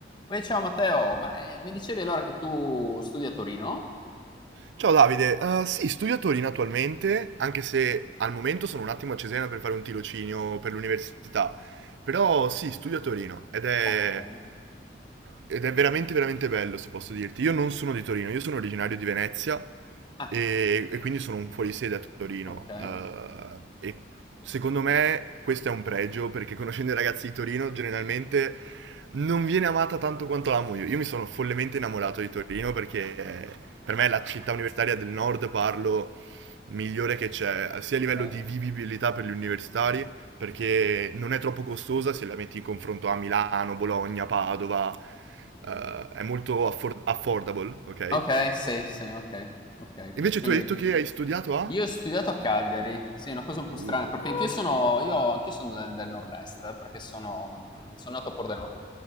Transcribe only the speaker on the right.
Ciao Davide, Eh, sì, studio a Torino attualmente, anche se al momento sono un attimo a Cesena per fare un tirocinio per l'università, però sì, studio a Torino ed è,
ed è veramente veramente bello se posso dirti. Io non sono di Torino, io sono originario di Venezia
e, e quindi sono un fuorisede a Torino
eh, e secondo me questo è un pregio perché conoscendo i ragazzi di Torino generalmente non viene amata tanto quanto l'amo io. Io mi sono follemente innamorato di Torino perché eh, per me è la città universitaria del nord, parlo, migliore che c'è, sia
a livello di vivibilità per gli universitari, perché non è troppo costosa se la metti in confronto a Milano, Bologna, Padova, eh, è molto affor- affordable, ok?
Invece
tu hai detto che hai studiato a...
Uh,